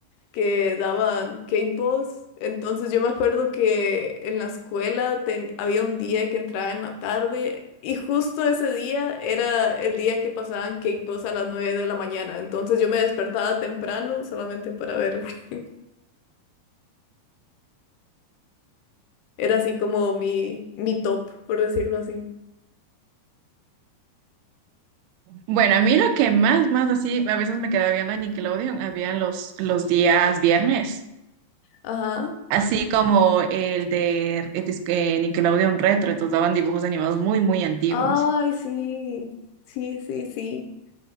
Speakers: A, on the left (about 80°); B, on the right (about 85°).
A: que daban cake boss. Entonces yo me acuerdo que en la escuela ten- había un día que entraba en la tarde y justo ese día era el día que pasaban cake boss a las 9 de la mañana. Entonces yo me despertaba temprano solamente para ver. <laughs> Era así como mi, mi top, por decirlo así.
B: Bueno, a mí lo que más, más así, a veces me quedaba viendo en Nickelodeon, había los, los días viernes,
A: Ajá.
B: así como el de el disque Nickelodeon Retro, entonces daban dibujos animados muy, muy antiguos.
A: Ay, sí. Sí, sí, sí.